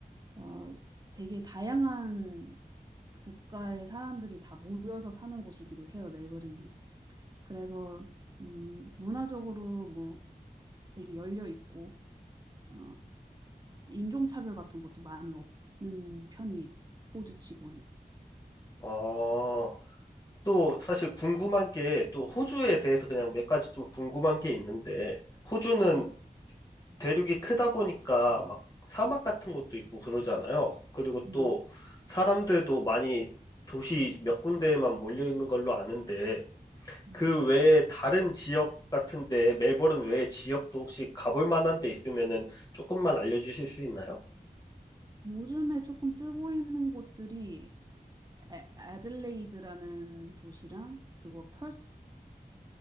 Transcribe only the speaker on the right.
어, 되게 다양한 국가의 사람들이 다 모여서 사는 곳이기도 해요, 멜버른이. 그래서 음, 문화적으로 뭐 되게 열려 있고 어, 인종차별 같은 것도 많이 없는 편이에요. 호주치고는.
네.
네.
음.
요즘에 조금 뜨고 있는 곳들이 애, 애들레이드라는 도시랑 그리고 펄스